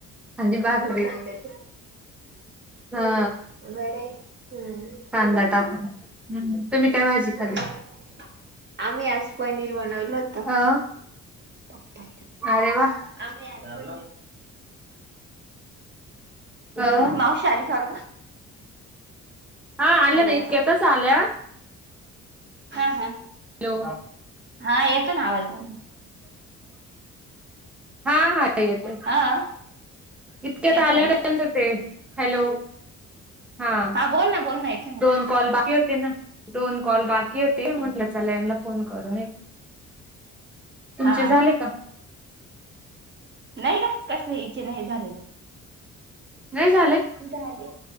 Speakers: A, in the centre; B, on the right.
A: आणि भाकरी.
B: कांद्याच
A: हा.
B: बरय. हम्म.
A: कांदा टाकून,, हम्म, तुम्ही काय भाजी खाल्ली?
B: हा, हा. आम्ही आज पनीर बनवल होत
A: अं?
B: <inaudible>
A: अरे वा.
B: <unintelligible>
A: अ
B: ह मावशी आली का ग?
A: हा आल्यात
B: हॅलो
A: इतक्यातच आल्या
B: हा हा.
A: हॅलो!
B: हा येतो ना आवाज बोल.
A: हा हा आता येतोय.
B: हा
A: इतक्यात
B: येतोय
A: आल्या
B: ना
A: त्यांच ते, हॅलो हा.
B: बोल ना बोल ना नाही येत
A: दोन कॉल बाकी होते ना, दोन कॉल बाकी होते म्हटलं चला यांनला फोन करू. तुमचे
B: हा
A: झाले का?
B: नाही ग,, कसले इचे नाही झालेले.
A: नाही झाले
B: झाले,